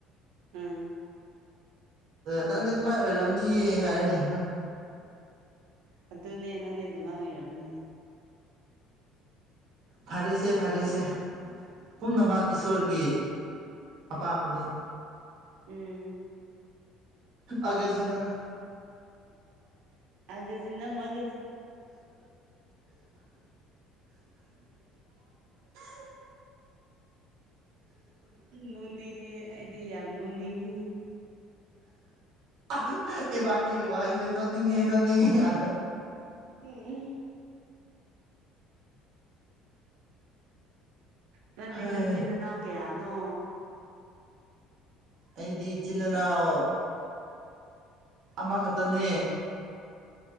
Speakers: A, on the right; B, on the right.
A: ꯎꯝ
B: ꯅꯪꯗꯤ ꯑꯗꯨꯃꯥꯏꯅ ꯑꯣꯏꯔꯝꯅꯤꯌꯦ ꯍꯥꯏꯔ ꯂꯩꯕ
A: ꯑꯗꯨꯅꯦ ꯅꯪꯗꯤ ꯑꯗꯨꯃꯥꯏ ꯑꯣꯏꯔꯝꯅꯤ
B: ꯐꯔꯦꯁꯦ ꯐꯔꯦꯁꯦ ꯄꯨꯝꯅꯃꯛ ꯏꯁꯣꯔꯒꯤ ꯑꯄꯥꯝꯕꯅꯤ
A: ꯎꯝ
B: ꯑꯒꯖꯤꯅ
A: ꯑꯒꯖꯤꯅ ꯃꯥꯛ <unintelligible> ꯅꯣꯛꯅꯤꯡꯉꯦ ꯑꯩꯗꯤ ꯌꯥꯝ ꯅꯣꯅꯤꯛꯉꯦ
B: ꯑ ꯏꯕꯥꯅꯤꯒꯤ ꯋꯥꯍꯩꯁꯦ ꯅꯣꯛꯅꯤꯡꯉꯤ ꯅꯣꯛꯅꯤꯡꯉꯤ ꯑꯗ
A: ꯎꯝ ꯎꯝ ꯅꯪꯗꯤ
B: ꯑꯩꯗꯤ
A: ꯅꯆꯤꯟ ꯅꯅꯥꯎ ꯀꯌꯥꯅꯣ
B: ꯑꯩꯗꯤ ꯏꯆꯤꯟ ꯏꯅꯥꯎ ꯑꯃꯈꯛꯇꯅꯦ